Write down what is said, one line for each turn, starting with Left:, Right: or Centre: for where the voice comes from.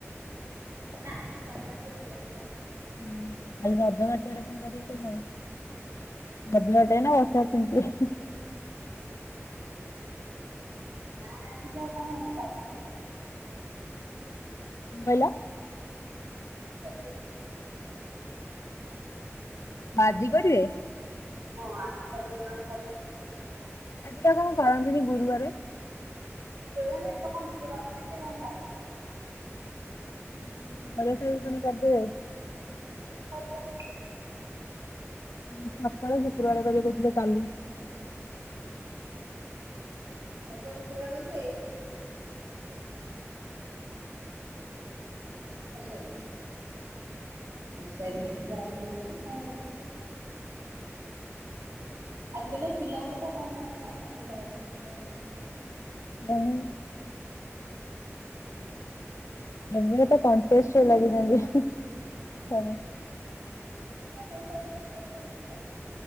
Right: ନା ଆଜି ପାଗ ଟା ଟିକେ ଭଲ ଥିଲା।
Left: ହଁ କାଲି ରଜବାଟୁଆରେ କଣ କରିବ କେଜାଣି। ରଜ ବାଟେଇବେନା ବର୍ଷାରେ ତିନ୍ତିବେ।
Right: ନା ଆଜିକା ଆଉ କଣ ବାଜିଲେନି।
Left: କଣ କହିଲ।
Right: <unintelligible> ଗଜ ପକେଇବେ ବୋଲି।
Left: ଆଜି କରିବେ।
Right: ହଁ ଆଜି କରିବେ ନା ବଢିଆ ସେ।
Left: ଆଜିପା କଣ କରନ୍ତିନି ଗୁରୁବାରେ।
Right: <unintelligible>
Left: <unintelligible> ତାନେ କରିଦେବେ।
Right: <unintelligible>
Left: ଅ ତାଙ୍କର ଶୁକ୍ରବାର କରିବେ କହୁଥିଲେ କାଲି।
Right: <unintelligible> ଏପଟ ସାଇରେ। ଏ ସାଇରେ କହୁଚନ୍ତି ଆଜି କରିବେ ବୋଲି କଣ କରିବେ କେୟାଣି। ଆଜ କାଲି ଏ ପିଲାଙ୍କ କଥା କଣ ଜାଣିବୁ ତାଙ୍କ ମନକୁ ଯାହା ଆଇଲା ସିଏ ସେଇଆ କରିବେ।
Left: ମହୁ। <unintelligible> କଣ୍ଟେକ୍ସଟ୍ ରେ ଲାଗିଛନ୍ତି ତମେ
Right: ସେ ତା ପଇସାରେ ବେଶୀ ବୋଲି ହଉଛି ଆଉ।